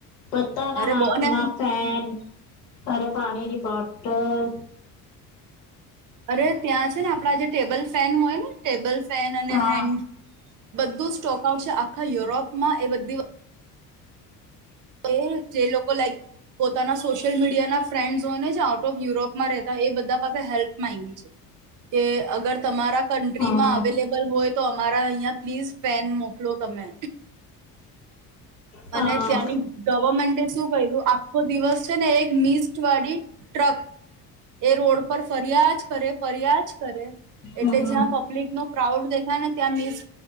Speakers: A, on the left; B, on the right.
A: બતાના
B: અરે
A: હાથમાં
B: બો ને
A: <unintelligible> અરે પાણીની બોટલ
B: અરે ત્યાં છે, ને આપડા જે ટેબલ ફેન હોય ને ટેબલ પેન અને
A: હા
B: હેન્ડ બધું સ્ટોક આવશે, આખા યુરોપમાં એ બધી હું જે લોકો લાઈક પોતાના સોશિયલ મીડિયાના ફ્રેન્ડસ હોય ને જે આઉટ ઓફ યુરોપમાં રહેતા એ બધા પાસે હેલ્પ માંગી છે કે અગર તમારા કન્ટ્રીમાં
A: હા
B: અવેલેબલ હોય તો અમારા અહીં પ્લીઝ ફેન મોક લો તમે
A: હા
B: અને ત્યાંની ગવર્મેન્ટે શું ક્યું આખો દિવસ છે ને એક મિસ વાળી ટ એ રોડ પર ફરિયા જ કરે ફરિયા જ કરે.
A: હમ
B: એટલે જ્યાં પબ્લિક નો ક્રાઉડ દેખાય ને ત્યાં મિસ